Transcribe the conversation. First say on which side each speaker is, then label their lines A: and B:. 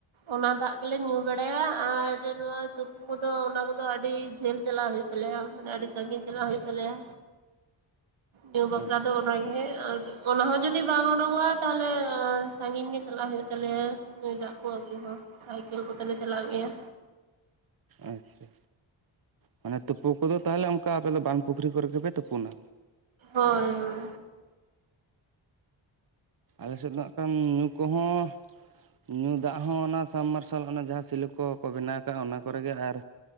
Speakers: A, on the right (about 85°); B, on the right (about 50°).
A: ᱚᱱᱟ ᱫᱟᱜ ᱜᱮᱞᱮ ᱧᱩ ᱵᱟᱲᱟᱭᱟ ᱟᱨ ᱱᱚᱣᱟ ᱛᱩᱯᱩ ᱠᱚᱫᱚ ᱚᱱᱟ ᱠᱚᱫᱚ ᱟᱹᱰᱤ ᱡᱷᱟᱹᱞ ᱪᱟᱞᱞᱟᱣ ᱦᱩᱭᱩᱜ ᱟ ᱦᱩᱭᱩᱜ ᱛᱟᱞᱮᱭᱟ ᱢᱟᱱᱮ ᱟᱹᱰᱤ ᱥᱟᱺᱜᱤᱧ ᱪᱟᱞᱟᱜ ᱦᱩᱭᱩᱜ ᱛᱟᱞᱮᱭᱟ ᱧᱩ ᱵᱟᱠᱷᱨᱟ
B: ᱟᱪᱪᱷᱟ
A: ᱫᱚ ᱚᱱᱟᱜᱮ ᱟᱨ ᱚᱱᱟ ᱦᱚᱸ ᱡᱩᱫᱤ ᱡᱩᱫᱤ ᱵᱟᱝᱢ ᱩᱰᱠᱚᱜᱼᱟ ᱛᱟᱦᱚᱞᱮ ᱥᱟᱺᱜᱤᱧ ᱜᱮ ᱪᱟᱞᱟᱜ ᱦᱩᱭᱩᱜ ᱛᱟᱞᱮᱭᱟ ᱧᱩᱭ ᱫᱟᱜ ᱠᱚ ᱟᱹᱜᱩ ᱦᱚᱸ ᱥᱟᱭᱠ ᱥᱟᱭᱠᱮᱞ ᱠᱚᱛᱮ ᱞᱮ ᱪᱟᱞᱟᱜ ᱜᱮᱭᱟ
B: ᱟᱪᱪᱷᱟ ᱢᱟᱱᱮ ᱛᱩᱯᱩ ᱠᱚᱫᱚ ᱛᱟᱦᱚᱞᱮ ᱚᱱᱠᱟ ᱟᱯᱮ ᱫᱚ ᱵᱟᱝ ᱯᱩᱠᱷᱨᱤ ᱠᱚᱨᱮ ᱜᱮᱯᱮ ᱛᱩᱯᱩᱱᱟ
A: ᱦᱳᱭ ᱦᱳᱭ
B: ᱟᱞᱮ ᱥᱮᱫ ᱫᱟᱜ ᱠᱷᱟᱱ ᱧᱩ ᱠᱚᱦᱚᱸ ᱧᱩ ᱫᱟᱜ ᱦᱚᱸ ᱚᱱᱟ ᱥᱟᱵᱢᱟᱨᱥᱟᱞ ᱚᱱᱟ ᱡᱟᱦᱟᱸ ᱥᱤᱞᱚᱠ ᱠᱚᱠᱚ ᱵᱮᱱᱟᱣ ᱠᱟᱜᱼᱟ ᱚᱱᱟ ᱠᱚᱨᱮᱜᱮ ᱟᱨ